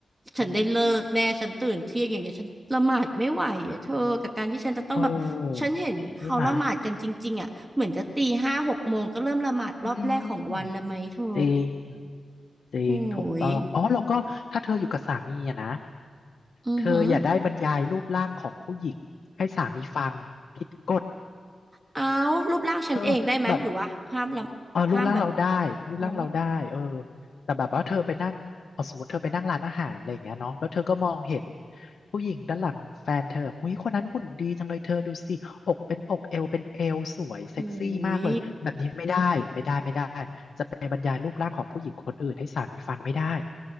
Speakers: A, on the right; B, on the left.
A: ฉันได้เลิกแน่ฉันตื่นเที่ยงอย่างเงี้ยฉันละหมาดไม่ไหวอะเธอกับการที่ฉันจะต้องแบบฉันเห็นเขาละหมาดกันจริงๆอ่ะเหมือนจะตีห้าหกโมงก็เริ่มละหมาดรอบแรกของวันแล้วไหมเธอ
B: อืมเออใช่ไหมอืมจริงจริงถูกต้องอ๋อแล้วก็ถ้าเธออยู่กับสามีอะนะ
A: โอ้ยอือหือ
B: เธออย่าได้บรรยายรูปร่างของผู้หญิงให้สามีฟังผิดกฎ
A: เอารูปร่างฉันเองได้ไหมหรือว่าห้ามละ
B: เออแบบ เออรูปร่างเราได้รูปร่างเราได้เออ
A: ห้ามแบบอ๋อ
B: แต่แบบว่าเธอไปนั่งเอาสมมติเธอไปนั่งร้านอาหารอะไรอย่างเงี้ยเนาะแล้วเธอก็มองเห็นผู้หญิงด้านหลังแฟนเธอหุ้ยคนนั้นหุ่นดีจังเลยเธอดูสิอกเป็นอกเอวเป็นเอวสวยเซ็กซี่มากเลยแบบนี้ไม่ได้ไม่ได้ไม่ได้
A: โอ้ย
B: จะไปบรรยายรูปร่างของผู้หญิงคนอื่นให้สามีฟังไม่ได้